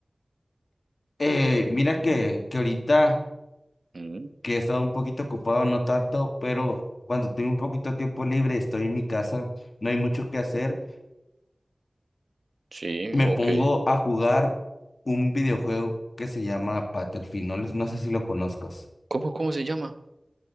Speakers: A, on the left; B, on the right.
A: Eh, mira que, que ahorita...
B: Mm,
A: que he estado un poquito ocupado, no tanto, pero cuando tengo un poquito de tiempo libre, estoy en mi casa, no hay mucho que hacer,
B: sí,
A: me
B: ok.
A: pongo a jugar un videojuego que se llama Battlefield, no, les- no sé si lo conozcas.
B: ¿Cómo, cómo se llama?